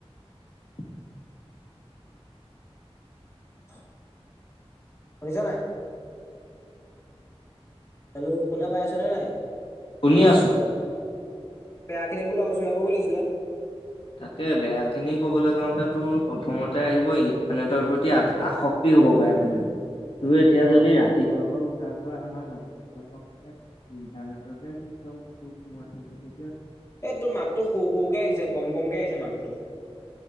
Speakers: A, on the left; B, on the left.
A: <inaudible>
B: <unintelligible> শুনিছ নাই? হেল্ল' শুনা পাই আছ নে নাই।
A: শুনি আছো।
B: সেইখিনি বোলো আলোচনা কৰিব লাগিছিলে।
A: তাকে বেয়া খিনি কবলৈ যাওঁতে, তোৰ প্ৰথমতে আহিব ইন্টাৰনেটৰ প্ৰতি <unintelligible> আসক্তি। কি হ'ব পাৰে মানে? তোৰ এতিয়া
B: অ।
A: যদি ৰাতিপুৱা পৰা উঠাৰ পৰা আমাৰ। <unintelligible> প্ৰজন্ম খিনিয়ে ইণ্টাৰনেটতে নিজৰ মূৰতো সোমাই থা-। <unintelligible>
B: এই তোৰ মাতটো সৰো, সৰো কে আহিছে কমক। <unintelligible> কমকে আহিছে মাতটো।